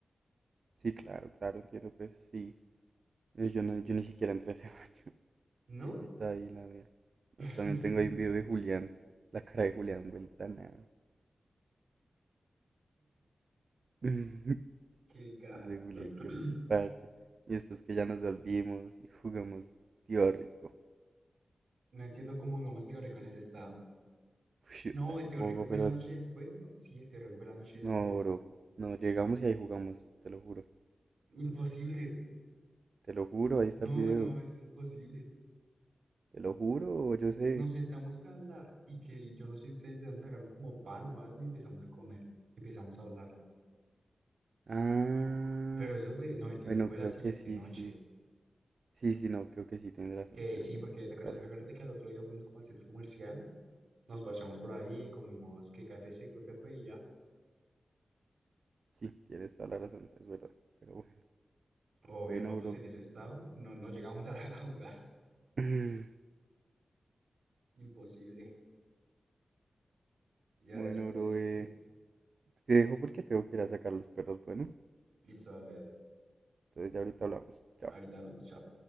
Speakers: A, on the right (about 65°); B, on the right (about 80°).
A: sí, claro, claro, entiendo, pues sí. Eh, Yo, no, yo ni siquiera entré a ese baño.
B: ¿No?
A: <laughs> Yo sí estaba ahí en la mía.
B: <laughs>
A: No, También tengo ahí un video de Julián, la cara de Julián vuelta a nada. <laughs>
B: Qué caja.
A: Ese Julián,
B: <clears throat>
A: qué parche. Y después que ya nos volvimos y jugamos tío rico.
B: No entiendo cómo jugamos tío rico en ese estado.
A: Uy, yo
B: No,
A: tampoco,
B: el tío rico fue
A: pero
B: en la noche
A: s-
B: después, ¿no? Sí, el tío rico fue la noche después.
A: no, bro. No, llegamos y ahí jugamos, te lo juro.
B: Imposible.
A: Te lo juro, ahí está
B: No,
A: el video.
B: no, es imposible.
A: Te lo juro, yo sé.
B: Nos sentamos fue a hablar y que yo no sé ustedes de dónde sacaron como pan o algo y empezamos a comer, empezamos a hablar.
A: Ah,
B: Pero eso fue, no, el tío
A: bueno,
B: recuerdo
A: creo
B: la siguiente
A: que sí,
B: noche,
A: sí. Sí, sí, no, creo que sí, tienes razón,
B: que
A: tienes
B: sí,
A: razón,
B: porque
A: tienes
B: te acuerdas-
A: toda la
B: acuérdate
A: razón.
B: que al otro día fuimos como al centro comercial, nos parchamos por ahí, comimos que KFC creo que fue y ya.
A: Sí, tienes toda la razón, es verdad. Pero bueno,
B: Obvio,
A: bueno,
B: nosotros
A: bro.
B: en ese estado no, no llegamos a, <laughs> a jugar,
A: <laughs> Sí,
B: imposible. Ya
A: Bueno,
B: después
A: bro, eh,
B: que,
A: te dejo porque tengo que ir a sacar los perros, bueno.
B: listo, dale, dale.
A: Entonces ya ahorita hablamos. Chao.
B: Ahorita hablamos, chao.